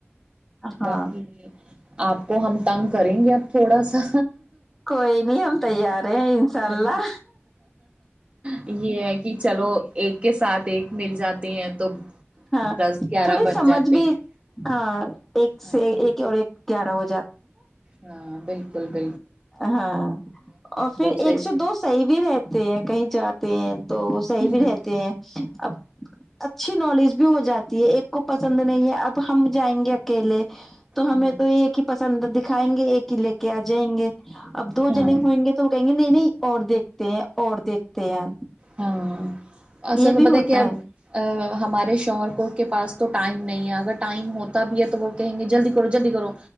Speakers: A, in the centre; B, on the right.
A: ہاں
B: باقی آپ کو ہم تنگ کریں گے اب تھوڑا سا
A: کوئی نہیں
B: ٹھیک
A: ہم تیار
B: ہے
A: ہیں انشاء اللہ
B: ہے نا یہ ہے کہ چلو ایک کے ایک مل جات ہیں تو
A: ہاں
B: دس گیارہ
A: تھوڑی
B: بن
A: سمجھ
B: جاتے
A: بھی
B: ہیں
A: ہاں ایک سے
B: ہے نا
A: ایک اور ایک گیارہ ہوج
B: ہاں بالک بل بھ
A: ہاں اور پھر
B: رہے
A: ایک سے
B: تھے
A: دو صیح بھی رہتے ہیں کہیں چاہتے ہیں تو صحی بھی
B: ہ
A: رہتے ہیں اب اچھی نالج بھی ہو جاتی ہے ایک کو پسند نہیں ہے اب ہم جائیں گے اکیلے تو ہمیں
B: ہ
A: تو یہ ہی پسند د ھائیں گے ایک ہی لے کے آ جائیں گے اب دو
B: ہاں
A: جنے ہوئیں گے تو وہ کہیں گے نہیں نہیں اور دیکھتے ہیں اور دیکھتے ہیں
B: ہاں اصل
A: یہ
B: میں
A: بھی
B: پت
A: ہوتا
B: ہے کہ اب ہمارے شوہر کو کے پاس تو ٹائم نہیں ہے اگر ٹائم ہوتا بھی ہے تو وہ کہیں گے جلدی کرو جلدی کرو